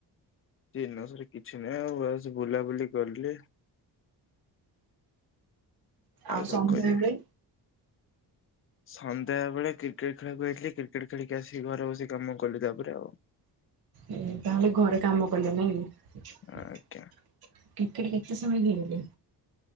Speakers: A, on the left; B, on the right.
A: ଦିନ ସାରା କିଛି ନାହିଁ ଆଉ ବାସ ବୁଲାବୁଲି କଲି।
B: ଆଉ
A: କଣ
B: ସନ୍ଧ୍ୟା
A: କରିବି।
B: ବେଳେ।
A: ସନ୍ଧ୍ୟା ବେଳେ କ୍ରିକେଟ ଖେଳିବାକୁ ଯାଇଥିଲି କ୍ରିକେଟ ଖେଳିକି ଆସିକି ଘରେ ବସିି କାମ କଲି ତାପରେ ଆଉ।
B: ଉଁ ହୁଁ ତାହେଲେ ଘରେ କାମ କଲେ ନାଇଁ। କ୍ରିକେଟ
A: ଆଜ୍ଞା
B: କେତେ ସମୟ ଖେଳିଲେ?